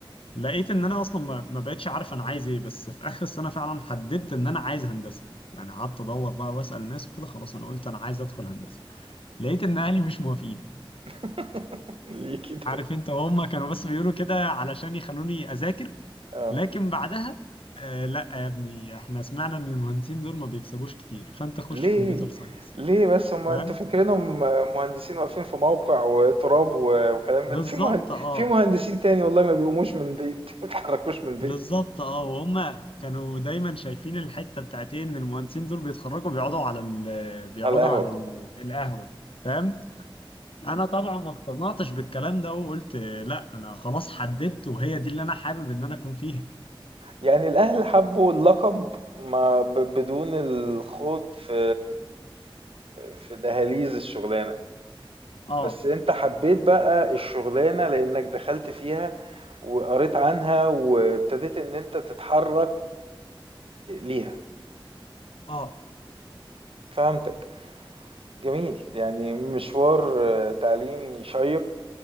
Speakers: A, on the left; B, on the right.
A: لقيت ان انا اصلا ما ما بقتش عارف انا عايز ايه بس في اخر السنة فعلا حددت ان انا عايز هندسة يعني قعدت ادور بقى واسأل الناس وكده خلاص انا قلت انا عايز ادخل هندسة لقيت ان اهلي مش موافقين
B: <laughs> ليه كده
A: عارف انت هم كانوا بس بيقولوا كده علشان يخلوني اذاكر
B: اه
A: لكن بعدها آه لا يا ابني احنا سمعنا ان المهندسين دول ما بيكسبوش كتير فانت خش
B: ليه
A: كمبيوتر ساينس
B: ليه بس هم
A: فاهم
B: انتوا فاكرينهم مهندسين واقفين في موقع وتراب و- وكلام
A: بالظبط
B: من... في مهند...
A: اه
B: في مهندسين تاني والله ما بيقوموش من البيت <laughs> ما بيتحركوش من البيت
A: بالظبط اه وهم كانوا دايما شايفين الحته بتاعت ايه ان المهندسين دول بيتخرجوا بيقعدوا على ال بيقعدوا
B: على القهوة
A: على ال القهوه فاهم انا طبعا ما اقتنعتش بالكلام ده وقلت لا انا خلاص حددت وهي دي اللي انا حابب ان انا اكون فيها
B: يعني الأهل حبوا اللقب ما ب- بدون الخوض في في دهاليز الشغلانة
A: اه
B: بس انت حبيت بقى الشغلانة لأنك دخلت فيها وقريت عنها وابتديت ان انت تتحرك ليها
A: اه
B: فهمتك جميل يعني مشوار تعليمي شيق